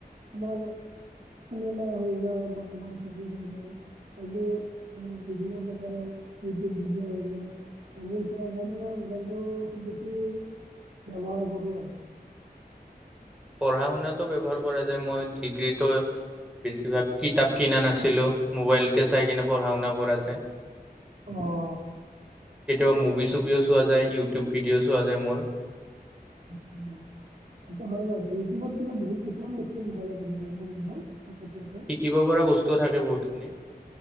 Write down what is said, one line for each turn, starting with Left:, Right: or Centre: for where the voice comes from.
Right: তোমাৰ চিনেমা হৈ যাওঁক বা তোমাৰ চেৰি হৈ যাওঁক। এইবোৰ মানে বিভিন্ন প্ৰকাৰৰ ইউটিউব ভিডিঅ' হৈ গ'ল। এইবোৰ সোমাই যাওঁতে মোৰ মোবাইলটো খুব বেছি- ব্যৱহাৰ কৰো আৰু।
Centre: পঢ়া-শুনাটো ব্যৱহাৰ কৰা যায় যে মই ডিগ্ৰীটো বেছিভাগ কিতাপ কিনা নাছিলোঁ, মোবাইলতে চাই কিনে পঢ়া-শুনা কৰা যায়।
Right: আৰু। অ।
Centre: কেতিয়াবা মুভি-চুভিও চোৱা যায়, ইউটিউব ভিডিঅ' চোৱা যায় মোৰ।
Right: আচ্ছা এইটো হয় বাৰু আৰু ইউটিউবত কিন্তু বহুত কিছুমান বস্তু মোবাইলত আহি যায় ন বন্ধু। ফকতীয়াকে।
Centre: উম শিকিব পৰা বস্তু থাকে বহুতখিনি।